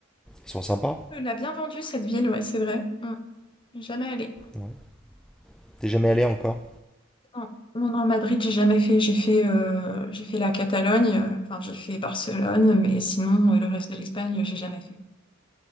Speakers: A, in the centre; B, on the left.
A: Ils sont sympas.
B: Elle l'a bien vendue, cette ville, ouais, c'est vrai. Mm. Jamais allé.
A: Ouais. T'es jamais allé encore?
B: Non, non, non, Madrid, j'ai jamais fait. J'ai fait, euh, j'ai fait la Catalogne, euh, enfin, j'ai fait Barcelone, mais sinon, euh, le reste de l'Espagne, j'ai jamais fait.